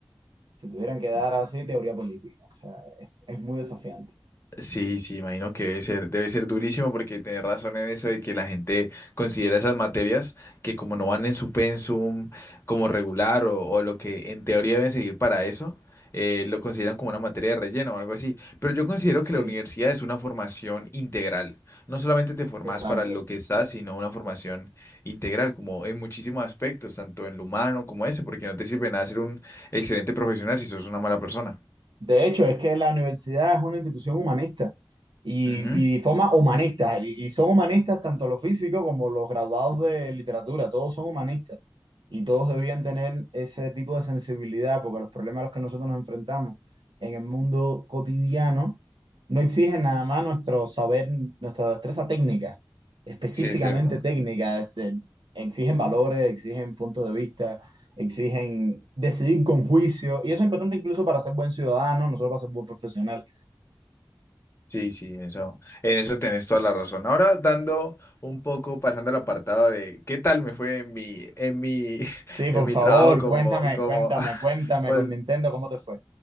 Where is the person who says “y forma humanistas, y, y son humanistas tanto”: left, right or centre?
Right